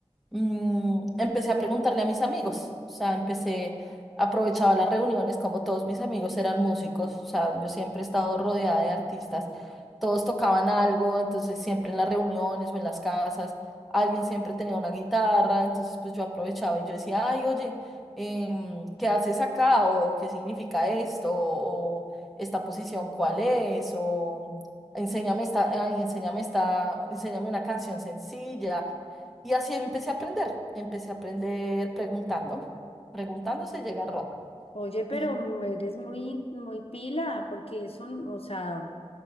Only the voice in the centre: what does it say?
mm, empecé a preguntarle a mis amigos, o sea, empecé, aprovechaba las reuniones, como todos mis amigos eran músicos, o sea, yo siempre he estado rodeada de artistas, todos tocaban algo, entonces siempre en las reuniones o en las casas, alguien siempre tenía una guitarra, entonces pues yo aprovechaba y yo decía, ay, oye, em, ¿qué haces acá? ¿O qué significa esto? ¿O esta posición cuál es? ¿O enséñame esta, ay, enséñame esta, enséñame una canción sencilla? Y así empecé a aprender, empecé a aprender preguntando, preguntando se llega a Roma.
Y